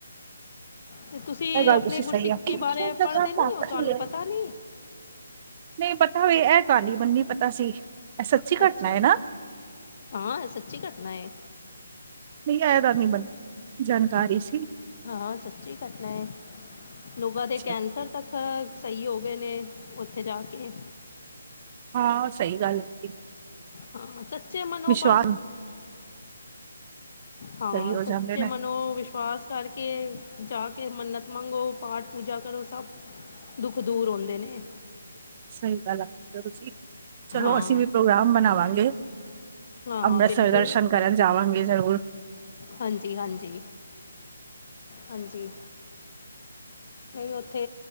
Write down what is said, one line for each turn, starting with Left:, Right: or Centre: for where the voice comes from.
Left: ਤੇ ਤੁਸੀਂ
Right: ਇਹ ਗੱਲ
Left: ਆਪਣੀ
Right: ਤੁਸੀਂ
Left: ਗੁਰਸਿੱਖੀ
Right: ਸਹੀ ਆਖੀ।
Left: ਬਾਰੇ ਪੜ੍ਹਦੇ ਨੀ ਹੋ ਤੁਹਾਨੂੰ ਪਤਾ ਨੀ
Right: ਨਹੀਂ ਪਤਾ ਹੋਵੇ ਇਹ ਹੀ ਮੰਨੀ ਪਤਾ ਸੀ ਇਹ ਸੱਚੀ
Left: ਅੱਛਾ
Right: ਘਟਨਾ ਹੈ ਨਾ
Left: ਹਾਂ ਸੱਚੀ ਘਟਨਾ ਹੈ
Right: ਨਹੀਂ ਆਇਆ ਤਾਂ ਨਹੀਂ ਮੈਨੂੰ ਜਾਣਕਾਰੀ ਸੀ
Left: ਹਾਂ ਸੱਚੀ ਘਟਨਾ ਹੈ ਲੋਕਾਂ
Right: ਅੱਛਾ
Left: ਦੇ ਕੈਂਸਰ ਤੱਕ ਹਮ ਸਹੀ ਹੋ ਗਏ ਨੇ ਉੱਥੇ ਜਾ ਕੇ
Right: ਹਾਂ ਸਹੀ ਗੱਲ ਹੈ
Left: ਹਾਂ ਸੱਚੇ ਮਨੋ
Right: ਵਿਸ਼ਵਾਸ
Left: ਬਸ ਹਾਂ
Right: ਸਹੀ ਹੋ
Left: ਸੱਚੇ
Right: ਜਾਂਦੇ ਨੇ
Left: ਮਨੋ ਵਿਸ਼ਵਾਸ ਕਰਕੇ ਜਾ ਕੇ ਮੰਨਤ ਮੰਗੋ ਪਾਠ ਪੂਜਾ ਕਰੋ ਸਭ ਦੁੱਖ ਦੂਰ ਹਉਂਦੇ ਨੇ
Right: ਸਹੀ ਗੱਲ ਆ ਤੁਸੀਂ ਚਲੋ
Left: ਹਾਂ
Right: ਅਸੀਂ ਵੀ ਪ੍ਰੋਗਰਾਮ ਬਣਾਵਾਂਗੇ।
Left: ਹਾਂ
Right: ਅੰਮ੍ਰਿਤਸਰ
Left: ਹਾਂ ਬਿਲਕੁਲ
Right: ਦਰਸ਼ਨ ਕਰਨ ਜਾਵਾਂਗੇ ਜ਼ਰੂਰ
Left: ਹਾਂਜੀ! ਹਾਂਜੀ! ਹਾਂਜੀ! ਨਹੀਂ ਉੱਥੇ